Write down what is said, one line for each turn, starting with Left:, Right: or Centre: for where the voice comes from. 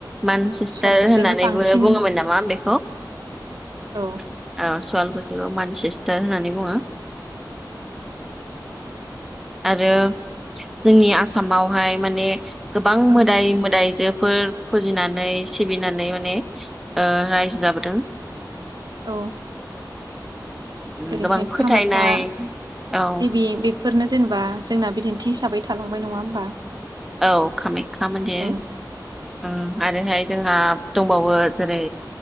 Centre: मानसेस्टार
Right: ओं सुवालकुसियावनो
Centre: होननानैबो
Right: बांसिन
Centre: बुङोमोन नामा बेखौ <inaudible>
Right: औ
Centre: ओ सुवालकुसिखौ मानसेस्टार होननानै बुङो।
Right: <inaudible>
Centre: आरो जोंनि आसामावहाय माने गोबां
Right: ओं
Centre: मोदाय मोदाय जोफोर फुजिनानै सिबिनानै माने ओ रायजो जाबोदों
Right: औ
Centre: उम
Right: जेरैहाय
Centre: गोबां फोथायनाय
Right: कामाख्या
Centre: औ
Right: देबि बेफ फोरनो जेनेबा जोंना बिदिन्थि हिसाबै थालांबाय नंङा होमबा?
Centre: औ कामाख्या मन्दिर
Right: ओं
Centre: ओं आरोहाय जोंहा दंबावो जेरै